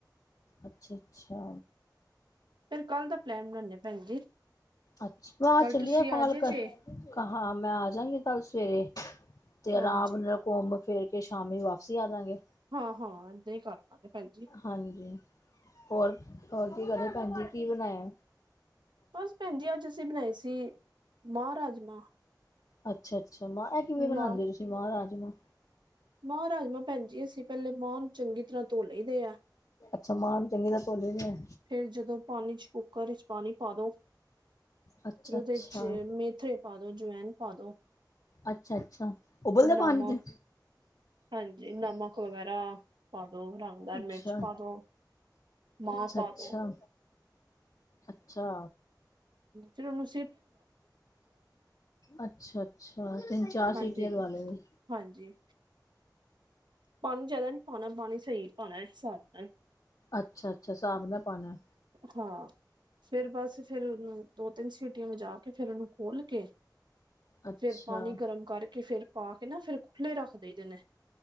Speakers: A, on the left; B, on the right.
A: ਅੱਛਾ-ਅੱਛਾ।
B: ਫੇਰ ਕੱਲ ਦਾ ਪਲੈਨ ਬਨਾਦੇ ਭੈਨ ਜੀ,
A: ਅੱਛਾ ਵਾਹ
B: ਕੱਲ
A: ਚਲੀਏ
B: ਤੁਸੀਂ
A: ਪਾਲਕਰ
B: ਆਜੇਆ ਜੇ।
A: ਹਾਂ, ਮੈਂ ਆਜਗੀ ਕੱਲ ਸਵੇਰੇ, ਤੇ ਆਰਾਮ
B: ਹਾਂਜੀ
A: ਘੁੰਮ-ਫੇਰ ਕੇ ਸ਼ਾਮੀ ਵਾਪਸੀ ਆ ਜਾਂਗੇ।
B: ਹਾਂ-ਹਾਂ ਏਦਾਂ ਈ ਕਰ ਲਾਂਗੇ, ਭੈਨਜੀ।
A: ਹਾਂਜੀ, ਹੋਰ ਹੋਰ ਕੀ ਘਰੇ ਭੈਨ ਜੀ ਕੀ ਬਨਾਯਾ?
B: ਬਸ ਭੈਨ ਜੀ, ਅੱਜ ਅਸੀ ਬਨਾਏ ਸੀ ਮਾਹ ਰਾਜਮਾਂ।
A: ਅੱਛਾ-ਅੱਛਾ, ਮਾਂ ਐ ਕਿਵੇਂ ਬਨਾਦੇ
B: ਨਾਲ
A: ਤੁਸੀਂ ਮਾਹ ਰਾਜਮਾਂ?
B: ਮਾਂ ਰਾਜਮਾਂ ਭੈਨ ਜੀ ਅਸੀਂ ਪੈਲੇ ਮਾਂਹ ਨੂੰ ਚੰਗੀ ਤਰ੍ਹਾਂ ਧੋ ਲਈ ਦੇਐ।
A: ਅੱਛਾ, ਮਾਹ ਨੂੰ ਚੰਗੀ ਤਰਾ ਧੋਦੈ ਲਈ ਦੇਐ।
B: ਫੇਰ ਜਦੋਂ ਪਾਨੀ ਚ ਕੁੱਕਰ ਇੱਚ ਪਾਨੀ ਪਾ ਦੋ।
A: ਅੱਛਾ
B: ਫੇਰ ਓਦੇ
A: ਅੱਛਾ
B: ਚ ਮੇਥਰੇ ਪਾ ਦੋ, ਜਵੈਨ ਪਾ ਦੋ।
A: ਅੱਛਾ-ਅੱਛਾ, ਉਬਲਦੇ
B: ਨਮਕ
A: ਪਾਨੀ ਚ?
B: ਹਾਂਜੀ ਨਮਕ ਵਗੈਰਾ ਪਾਦੋ, ਰੰਗਦਾਰ
A: ਅੱਛਾ
B: ਮਿਰਚ ਪਾਦੋ। ਮਾਹ
A: ਅੱਛਾ
B: ਪਾਦੋ।
A: ਅੱਛਾ। ਅੱਛਾ।
B: ਫੇਰ ਉਨੂੰ
A: ਅੱਛਾ-ਅੱਛਾ, ਤਿੰਨ-ਚਾਰ ਸੀਟੀਆਂ
B: ਹਾਂਜੀ
A: ਦਵਾ ਲੀਆ ਜੇ।
B: ਹਾਂਜੀ, ਪਾਨੀ ਜਾਦਾ ਨੀਂ ਪਾਨਾ ਪਾਨੀ ਸਈ ਪਾਨਾ ਹਿਸਾਬ ਨਾਲ।
A: ਅੱਛਾ-ਅੱਛਾ, ਸਾਬ ਦਾ ਪਾਨੈ।
B: ਹਾਂ। ਫੇਰ ਬਸ ਫੇਰ ਦੋ-ਤੇਂਨ ਸੀਟੀਆਂ ਵਜਾ ਕੇ, ਫੇਰ ਓਨੂੰ ਖੋਲ ਕੇ
A: ਅੱਛਾ
B: ਫੇਰ ਪਾਣੀ ਗਰਮ ਕਰਕੇ ਫੇਰ ਪਾਕੇ ਨਾ ਫੇਰ ਖੁੱਲੇ ਰੱਖ ਦਈ ਦੇ ਨੇ।